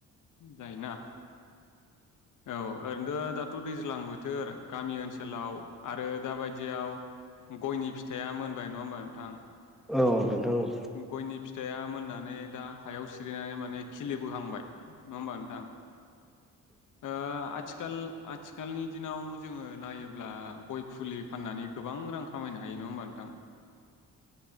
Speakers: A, on the left; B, in the centre.
A: जायोना औ ओरैनोथ' दाथ' दैज्लां बोथोर गामि ओनसोलाव आरो दाबायदियाव गयनि फिथ फिथाइआ मोनबाय नङा होनोमबा नोंथां
B: औ औ नोंथां औ
A: गयनि फिथाइया मोननानै दा हायाव सिरिनानै माने खिलिबोहांबाय नङा होमबा नोंथां ओ आथिखाल आथिखालनि दिनाव जोङो नायोब्ला गय फुलि फाननानै गोबां रां खामायनो हायो नङा होमबा नोंथां